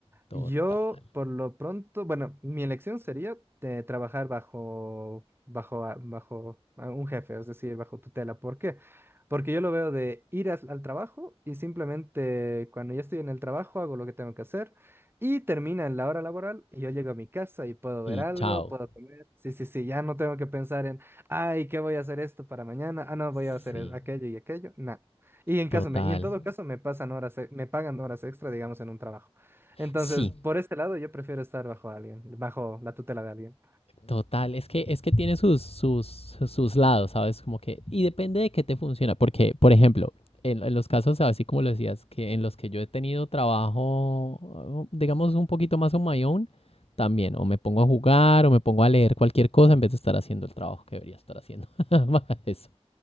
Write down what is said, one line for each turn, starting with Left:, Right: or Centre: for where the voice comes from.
Left: total.
Right: Yo, por lo pronto, bueno, mi elección sería eh, trabajar bajo, bajo, a- bajo a un jefe, es decir, bajo tutela. ¿Por qué? Porque yo lo veo de ir as- al trabajo y simplemente cuando ya estoy en el trabajo hago lo que tengo que hacer y termina en la hora laboral y yo llego a mi casa y puedo ver
Left: Y
Right: algo,
Left: chao.
Right: puedo comer. Sí, sí, sí, ya no tengo que pensar en, ay, ¿qué voy a hacer esto para mañana? Ah, no,
Left: Sí,
Right: voy a hacer e, aquello y aquello. No. Y en
Left: total.
Right: caso me, y en todo caso me pasan horas, e- me pagan horas extra, digamos, en un trabajo. Entonces,
Left: Sí,
Right: por ese lado, yo prefiero estar bajo alguien, bajo la tutela de alguien.
Left: total. Es que, es que tiene sus, sus, sus lados, ¿sabes? Como que, y depende de qué te funciona. Porque, por ejemplo, en, en los casos, así como lo decías, que en los que yo he tenido trabajo, digamos, un poquito más on my own, también, o me pongo a jugar, o me pongo a leer cualquier cosa en vez de estar haciendo el trabajo que debería estar haciendo. <laughs> Eso.